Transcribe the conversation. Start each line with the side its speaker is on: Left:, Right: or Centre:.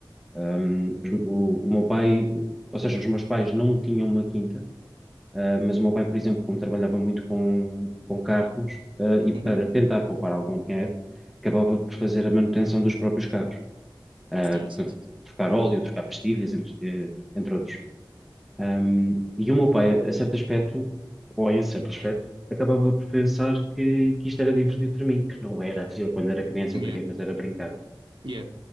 Centre: Hum, os- o, o meu pai, ou seja, os meus pais não tinham uma quinta, ah, mas o meu pai, por exemplo, como trabalhava muito com, com carros, ah, e para
Right: Uhum.
Centre: tentar poupar algum dinheiro, acabava por fazer a manutenção dos próprios carros. ah,
Right: Sim,
Centre: portanto,
Right: sim, sim, sim.
Centre: trocar óleo, trocar pastilhas, entre, eh, entre outros. Um, e o meu pai, a certo aspecto, ou em certo aspecto, acabava por pensar que, que isto era divertido para mim, que não era. Eu, quando era criança,
Right: Yeah,
Centre: eu queria, mas era brincar.
Right: yeah,